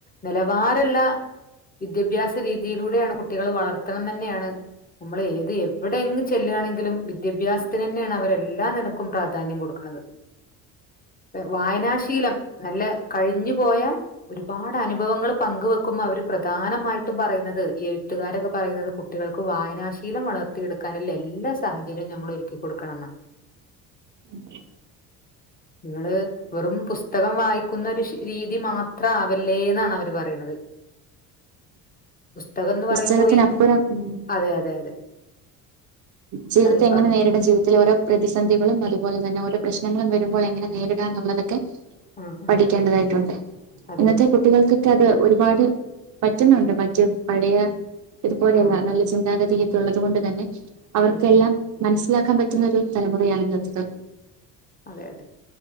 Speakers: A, on the left (about 20°); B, on the right (about 50°).
A: നിലവാരള്ള വിദ്യഭ്യാസ രീതിയിലൂടെയാണ് കുട്ടികള് വളർത്തണം നെന്നെയാണ് നമ്മൾ ഏത് എവിടെ എങ്ങ് ചെല്ലാണെങ്കിലും വിദ്യാഭ്യാസത്തിന് ന്നെയാണ് അവര് എല്ലാ നിനക്കും പ്രാധാന്യം കൊടുക്കണത് വായനാശീലം നല്ല കഴിഞ് പോയ ഒരുപാട് അനുഭവങ്ങള് പങ്ക് വെക്കുമ്പോ അവര് പ്രധാനമായിട്ടും പറയുന്നത് ഈ എഴുത്തുകാരൊക്കെ പറയുന്നത് കുട്ടികൾക്ക് വായനാശീലം വളർത്തിയെടുക്കാനില്ല എല്ലാ സാഹും ഇ <unintelligible> നമ്മൾ ഒരുക്കി കൊടുക്കണം ന്നാ
B: ഉ <inaudible>
A: ഇങ്ങള് വെറും പുസ്തകം വായിക്കു ഒന്ന് ഒ <unintelligible> രു രീതി മാത്രാവല്ലേ ന്നാണ് അവര് പറയ്ണത് പുസ്തകംന്ന്
B: പുസ്തകത്തിനപ്പുറം
A: പറയുമ്പോ ഇ
B: ഉം
A: അതെ അതെ അതെ
B: ജീവിതത്തെ
A: അതെ
B: എങ്ങനെ
A: പറഞ്ഞു
B: നേരിടും ജീവിതത്തിൽ ഓരോ പ്രതിസന്ധികളും അതുപോലെ തന്നെ ഓരോ പ്രശ്നങ്ങളും വരുമ്പോൾ എങ്ങനെ നേരിടാംന്നുള്ള തെക്കെ
A: ആ
B: പഠിക്കേണ്ടതായിട്ടുണ്ട്.
A: ആ അതെ
B: ഇന്നത്തെ
A: അതെ
B: കുട്ടികൾക്കൊക്കെ അത് ഒരു പാട് പറ്റുന്നുണ്ട് മറ്റു പഴയ ഇതുപോലെയല്ല
A: ആഹ്
B: നല്ല ചിന്താഗതി തുള്ളത് കൊണ്ട് തന്നെ അവർക്കെല്ലാം
A: ഉം ഉം
B: മനസ് ലാക്കാൻ പറ്റുന്ന ഒരു തലമുറയാണ് ഇന്നത്തത്
A: അതെ അതെ